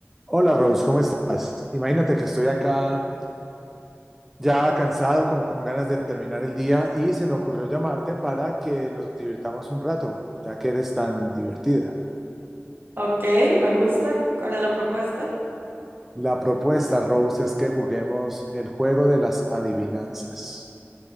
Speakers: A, in the centre; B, on the right.
A: Hola Rose, ¿cómo estás? Imagínate que estoy acá ya cansado, como con ganas de terminar el día y se me ocurrió llamarte para que nos divirtamos un rato, ya que eres tan divertida.
B: Ok, me gusta. ¿Cuál es la propuesta?
A: La propuesta, Rose, es que juguemos el juego de las adivinanzas.